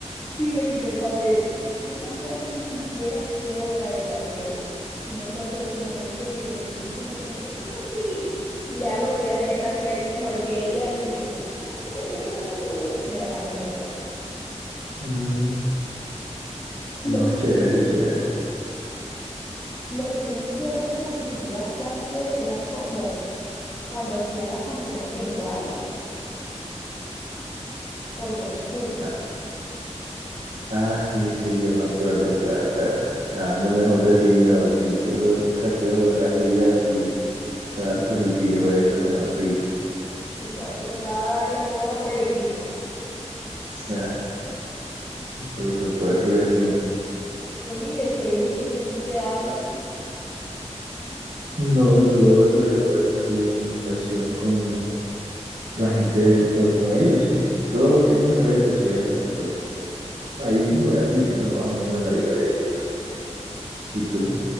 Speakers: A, on the left; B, on the right.
A: sí, le quité el papel. No me acuerdo ni siquiera qué hora era, pero sí me acuerdo de ese momento en el que le estoy diciendo como que esto es así y hago lo que ella tenía que hacer mejor que ella y entonces, ah, tienes que hacerlo tú, entonces me dejaron el papel a mí.
B: Mm,
A: Lo
B: no,
A: que
B: chévere,
A: sí
B: chévere.
A: Lo que sí recuerdo que participé bastante eran como cuando hacían las competencias de baile con otros cursos.
B: Ah, ah, sí, sí, yo me acuerdo, claro, que daban lo mejor de sí, mejor dicho. Eso, Esa coreografías y saltos y piruetas, mejor dicho.
A: Tú sabes que tocaba darla toda por el equipo.
B: Ah, por supuesto que sí.
A: Bueno, ¿y del colegio con quién te hablas?
B: No, yo la verdad he perdido comunicación con la gente, con, con ellos, sí. Yo los tengo en redes sociales y pues ahí me voy actualizando más o menos en la vida de ellos. ¿Y tú?